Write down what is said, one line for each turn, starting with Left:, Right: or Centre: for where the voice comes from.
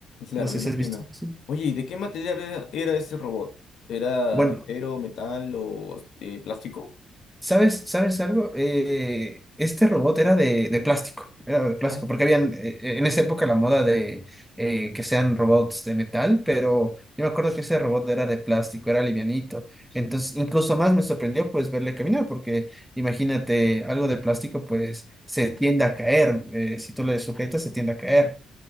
Left: Claro,
Centre: No sé
Left: me imagino.
Centre: si has visto. sí.
Left: Oye, ¿y de qué material era, era este robot? ¿Era
Centre: Bueno,
Left: de acero, metal o de plástico?
Centre: ¿Sabes, sabes algo? Eh, este robot era de, de plástico, era de plástico,
Left: Plástico.
Centre: porque habían eh, en esa época la moda de eh, que sean robots de metal, pero yo me acuerdo que ese robot era de plástico, era livianito. Entonces, incluso más me sorprendió pues verle caminar, porque imagínate, algo de plástico pues se tiende a caer, eh, si tú le sujetas se tiende a caer.